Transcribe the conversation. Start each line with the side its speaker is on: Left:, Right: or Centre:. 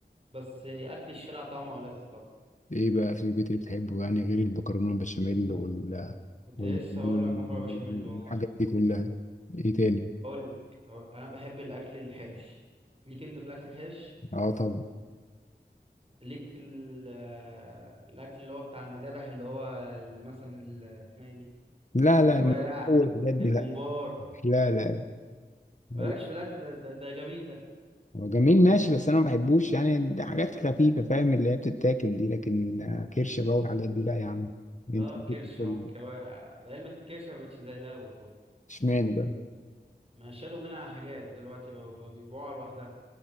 Right: بس اكل الشارع طعمه ألذ طبعا
Left: ايه بقى في البيت اللي بتحبه يعني غير المكرونه البشاميل وال
Right: كنت
Left: وال-
Right: لسه هقول
Left: والحاجات
Right: لك مكرونه بشاميل والله
Left: دي كلها ايه تاني
Right: اقول لك انا بحب الاكل الحرش ليك انت في الاكل الحرش
Left: اه طبعا
Right: ليك في ال- آه، الاكل اللي هو بتاع المذابح اللي هو ال- مثلا ال- اسمها ايه دي
Left: لا
Right: الكوارع
Left: لا الم- اول الحاجات دي
Right: البومبار
Left: لا لا لا لا
Right: مالكش في الاكل ده ده, ده جميل ده
Left: هو جميل ماشي بس انا ما بحبوش يعني ده حاجات خفيفه فاهم اللي هي بتتاكل دي لكن آه، كرش بقى والحاجات دي لا يا عم انت
Right: اه الكرش
Left: بتاكل
Right: او الكوارع لعلمك الكرشه ما بقتش زي الاول برضه
Left: اشمعنى بقى
Right: ما شالوا منها حاجات دلوقتي بقى بقى بيبيعوها لوحدها